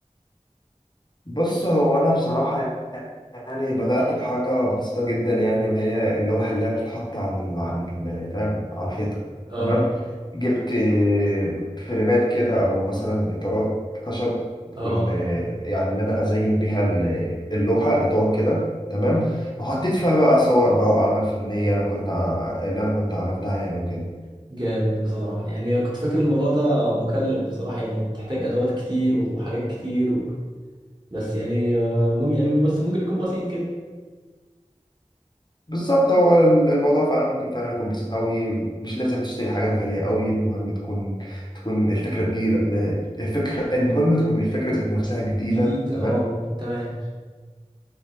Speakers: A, on the left (about 35°); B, on the right (about 35°).
A: بص هو أنا بصراحة يعني بدأت بحاجة بسيطة جدا يعني وهي اللوحة اللي هي بتتحط عن ال عن ال فاهم على الحيطة
B: اه
A: تمام
B: اه
A: جبت آه، فريمات كده أو مثلا إطارات خشب تكون
B: اه اه.
A: آه، يعني إن أنا أزين بيها ال- اللوحة إطار كده تمام
B: مم.
A: وحطيت فيها بقى صور بقى وأعمال فنية أنا كنت ع- اللي أنا كنت عملتها يعني وكده
B: جامد بصراحة يعني كنت فاكر الموضوع ده مكلف بصراحة يعني وبتحتاج ادوات كتير وحاجات كتير و... بس يعني آه، ممكن يعني بس ممكن يكون بسيط كده
A: بالظبط هو الموضوع فعلا ممكن فعلا يكون بسيط قوي مش لازم تشتري حاجات غالية قوي المهم تكون تكون الفكرة جديدة الفكرة المهم تكون الفكرة ذات نفسها جديدة
B: جديد
A: تمام
B: اه تمام